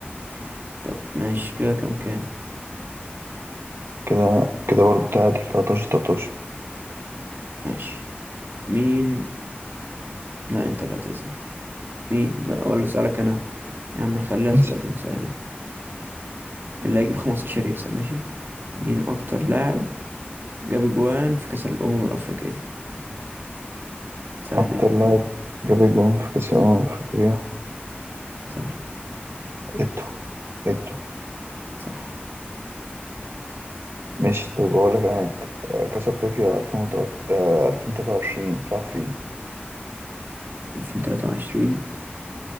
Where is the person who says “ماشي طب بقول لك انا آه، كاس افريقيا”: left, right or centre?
Right